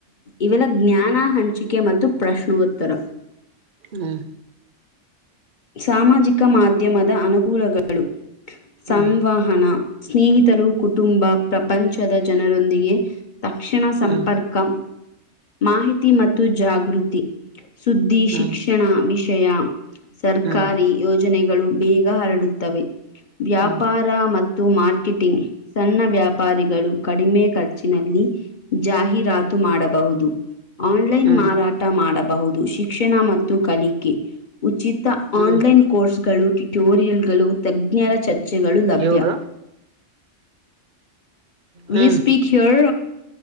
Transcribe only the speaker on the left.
ಇವೆಲ್ಲ ಜ್ಞಾನ ಹಂಚಿಕೆ ಮತ್ತು ಪ್ರಶ್ನೋತ್ತರ
ಸಾಮಾಜಿಕ ಮಾಧ್ಯಮದ ಅನುಕೂಲಗಳು ಸಂವಾಹ
ಹಣ ಸ್ನೇಹಿತರು ಕುಟುಂಬ ಪ್ರಪಂಚದ ಜನರೊಂದಿಗೆ ತಕ್ಷಣ ಸಂಪರ್ಕ
ಮಾಹಿತಿ ಮತ್ತು ಜಾಗೃತಿ ಸುದ್ದಿಶಿಕ್ಷಣ
ವಿಷಯ ಸರ್ಕಾರಿ
ಯೋಜನೆಗಳು ಬೇಗ ಹರಡುತ್ತವೆ ವ್ಯಾಪಾರ
ಮತ್ತು ಮತ್ತು ಮಾರ್ಕೆಟಿಂಗ್ ಸಣ್ಣ ವ್ಯಾಪಾರಿಗಳು ಕಡಿಮೆ ಖರ್ಚಿನಲ್ಲಿ ಜಾಹೀರಾತು ಮಾಡಬಹುದು ಆನ್ಲೈನ್
ಮಾರಾಟ ಮಾಡಬಹುದು ಶಿಕ್ಷಣ ಮತ್ತು ಕಲಿಕೆ ಉಚಿತ
ಆನ್ಲೈನ್ ಕೋರ್ಸ್ಗಳು ಟ್ಯಿಟೋರಿಯಲ್ಗಳು ತಜ್ಞರ ಚರ್ಚೆಗಳು ಲಭ್ಯ
ವಿಲ್
ಸ್ಪೀಕ್ ಹರ್